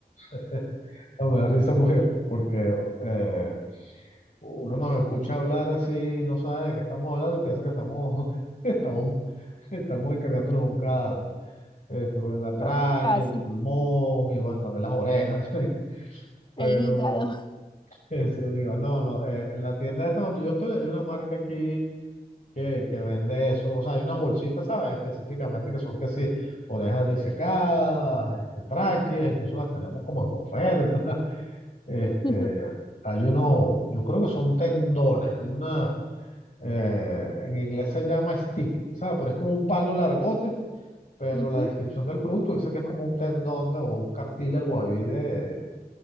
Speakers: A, on the left; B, on the left.
A: <laughs> No, me da risa porque, porque eh, Uno nos escucha hablar así, no sabe de qué estamos hablando y piensa que estamos, <laughs> estamos, estamos encargándonos un cadáver. Este, pues, la tráquea,
B: pero Casi.
A: el pulmón y bueno, también las orejas. <laughs>
B: El
A: Pero
B: hígado.
A: este, digo, no, no, eh, en la tienda esta donde yo estoy hay una marca aquí que, que vende eso. O sea, hay unas bolsitas, ¿sabes? Específicamente que son que sí, orejas disecadas, este, tráqueas, incluso las tenemos como en oferta. <laughs> Este,
B: <laughs>
A: hay uno, yo creo que son tendones, hay una. Eh, en inglés se llama stick, ¿sabes? Pero es como un palo largote, pero
B: Ujú.
A: la descripción del producto dice que es como un tendón de- o un cartílago ahí de,